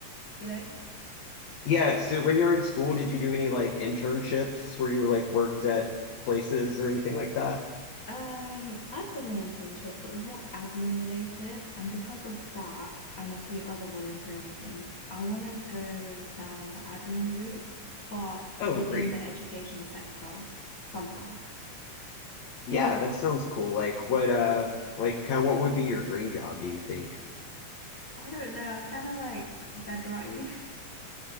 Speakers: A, on the left; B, on the left.
A: You know?
B: Yeah, so when you were in school, did you do any like internships where you like worked at places or anything like that?
A: Um, I've done an internship, but it was more admin related, and because of that and a few other volunteering things, I want to go down the admin route, but
B: Oh,
A: within
B: great.
A: the education sector somehow.
B: Yeah, that sounds cool. Like what uh like kind of what would be your dream job, do you think?
A: I don't know, I kind of like bedrotting. <laughs>